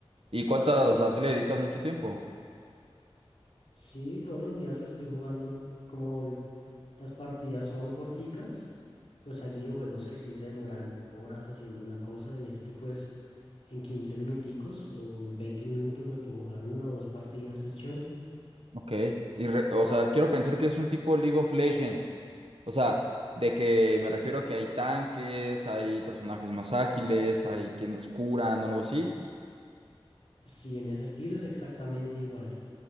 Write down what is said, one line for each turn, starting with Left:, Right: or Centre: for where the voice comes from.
Right: ¿Y cuántas, o sea, si le dedicas mucho tiempo?
Left: Sí, todos los días lo estoy jugando. Como l- las partidas son corticas, pues hay videojuegos que sí se demoran horas haciendo una cosa. En este, pues, en 15 minuticos o me- 20 minutos me puedo jugar una o dos partidas, es chévere.
Right: Ok. Y re- o sea, quiero pensar que es un tipo League of Legends. O sea, de que me refiero a que hay tanques, hay personajes más ágiles, hay quienes curan o algo así.
Left: Sí, en ese estilo es exactamente igual.